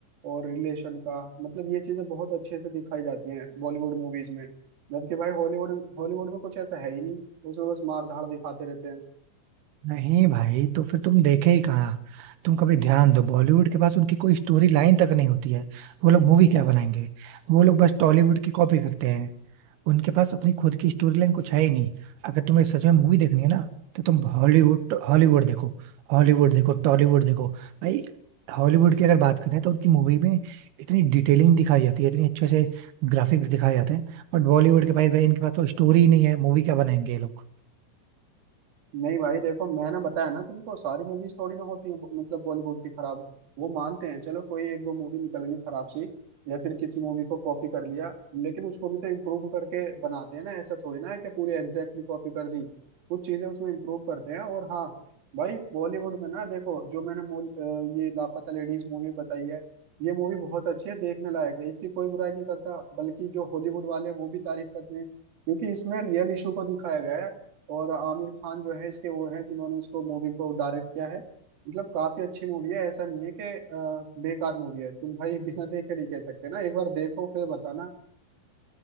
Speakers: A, on the right; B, on the right.
A: और रिलेशन का मतलब ये चीजें बहुत अच्छे से दिखाई जाती हैं बॉलीवुड मूवीज में जबकि भाई हॉलीवुड हॉलीवुड में कुछ ऐसा है ही नहीं उसमें बस मार धाड़ दिखाते रहते हैं।
B: नहीं भाई तो फिर तुम देखे ही कहाँ तुम कभी ध्यान दो बॉलीवुड के पास उनकी कोई स्टोरी लाइन तक नहीं होती है वो लोग मूवी क्या बनाएंगे वो लोग बस टॉलीवुड की कॉपी करते हैं उनके पास अपनी खुद की स्टोरी लाइन कुछ है ही नहीं अगर तुम्हें सच में मूवी देखनी है ना तो तुम हॉलीवुड हॉलीवुड देखो हॉलीवुड देखो टॉलीवुड देखो भाई हॉलीवुड की अगर बात करें तो उनकी मूवी में इतनी डिटेलिंग दिखाई जाती है इतनी अच्छे से ग्राफिक्स दिखाए जाते हैं बट बॉलीवुड के भाई भाई इनके पास तो स्टोरी ही नहीं है मूवी क्या बनाएंगे ये लोग
A: नहीं भाई देखो मैंने बताया ना तुमको सारी मूवीज थोड़ी ना होती है मतलब बॉलीवुड की खराब वो मानते हैं चलो कोई एक दो मूवी निकल गई खराब सी या फिर किसी मूवी को कॉपी कर लिया लेकिन उसको भी तो इम्प्रूव करके बनाते हैं ना ऐसा थोड़ी ना है कि पूरी एग्जैक्टली कॉपी कर दी कुछ चीजें उसमें इम्प्रूव करते हैं और हाँ भाई बॉलीवुड में ना देखो जो मैंने मूल- अ, ये लापता लेडीज मूवी बताई है ये मूवी बहुत अच्छी है देखने लायक है इसकी कोई बुराई नहीं करता बल्कि जो हॉलीवुड वाले हैं वो भी तारीफ करते हैं क्योंकि इसमें रियल इशू को दिखाया गया है और आमिर खान जो है इसके वो हैं जिन्होंने इसको मूवी को डायरेक्ट किया है मतलब काफी अच्छी मूवी है ऐसा नहीं है कि अ, बेकार मूवी है तुम भाई बिना देखे नहीं कह सकते ना एक बार देखो फिर बताना